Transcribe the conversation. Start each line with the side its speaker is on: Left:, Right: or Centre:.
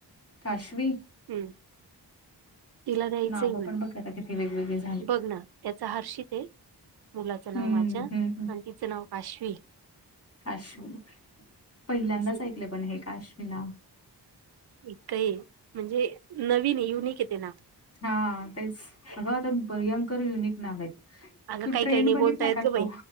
Left: काशवी
Right: हम्म तिला द्यायचंय
Left: नाव
Right: म्हणे.
Left: पण बघ आता किती वेगवेगळी झा
Right: बघ ना त्याचं हर्षित आहे मुलाचं नाव
Left: हं,
Right: माझ्या
Left: हं, हं.
Right: आणि तिचं नाव काशवी
Left: काशवी. पहिल्यांदाच
Right: असे
Left: ऐकलं पण हे काशवी नाव
Right: एक काय म्हणजे नवीन युनिक आहे ते नाव
Left: हा तेच अगं आता भयंकर युनिक नाव आहेत.
Right: अगं
Left: तू
Right: काही
Left: ट्रेंड
Right: काही नाही
Left: बघितला
Right: बोलता येत
Left: का
Right: ग बाई.
Left: तो